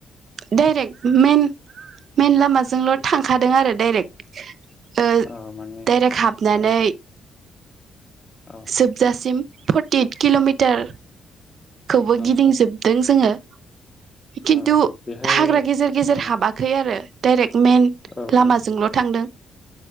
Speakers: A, on the right; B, on the left.
A: डाइरेक्ट मेन मेन लामाजोंल थांखादों आरो डाइरेक्ट। ओ
B: औ माने
A: डाइरेक्ट हाबनानै
B: औ औ
A: जोबजासिम फटिट किलमिटार
B: औ
A: खौबो
B: औ
A: गिदिंजोबदों
B: औ
A: जोंङो। खिन्थु
B: औ बेहाय
A: हाग्रा गेजेर गेजेर
B: औ
A: हाबाखै आरो डायरेक मेन
B: औ
A: लामाजोंल'
B: औ
A: थांदों